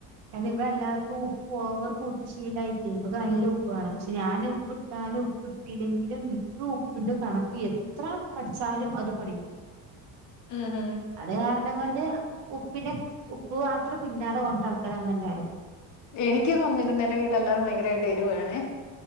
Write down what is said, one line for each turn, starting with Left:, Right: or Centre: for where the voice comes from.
Right: കാരണം ഇവിടെ എല്ലാവർക്കും ഉപ്പ് ഓവർ കൂട്ടു ശീലായിട്ട് നമ്ക്ക് നല്ല ഉപ്പ് ഉപ്പ് വണണം പക്ഷെ ഞാൻ ഉപ്പിട്ടാലും ഉപ്പിട്ടില്ലെങ്കിലും മിക്ക ഉപ്പിന്റെ കണക്ക് എത്ര പഠിച്ചാലും അത് പടിയൂല
Left: ഉം ഹും.
Right: അതെ കണം കൊണ്ട് ഉപ്പിനെ ഉപ്പ് പാത്രം പിന്നാലെ കൊണ്ട് നടക്കും നെല്ലാരും
Left: എനക്ക്ന്ന് പറഞ്ഞിട്ടുണ്ട് എന്റെ വീട്ടിൽ എല്ലാർക്കും ഭയങ്കരമായിട്ട് എരുവേണേ